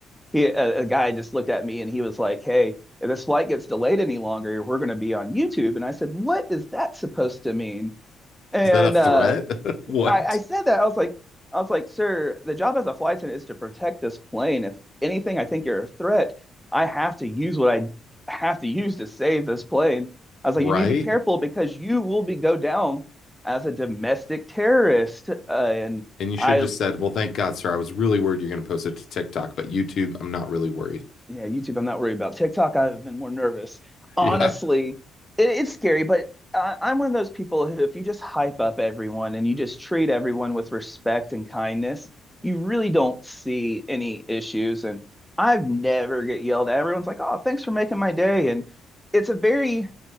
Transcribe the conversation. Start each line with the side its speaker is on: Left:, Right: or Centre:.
Centre: he a, a guy just looked at me and he was like, "Hey, if this flight gets delayed any longer, we're going to be on YouTube." And I said, "What is that supposed to mean?" And
Left: Is that a threat?
Centre: uh,
Left: <laughs> What?
Centre: I, I said that. I was like, I was like, sir, the job as a flight attendant is to protect this plane. If anything, I think you're a threat. I have to use what I have to use to save this plane. I was
Left: Right?
Centre: like, you need to be careful because you will be go down as a domestic terrorist. Uh, and
Left: And you should
Centre: I
Left: have just
Centre: was
Left: said, Well, thank God, sir. I was really worried you're going to post it to TikTok, but YouTube, I'm not really worried.
Centre: yeah, YouTube, I'm not worried about. TikTok, I've been more nervous. Honestly,
Left: <laughs> yeah.
Centre: it, it's scary, but I, I'm one of those people who, if you just hype up everyone and you just treat everyone with respect and kindness, you really don't see any issues. And I've never get yelled at. Everyone's like, "Oh, thanks for making my day." And it's a very,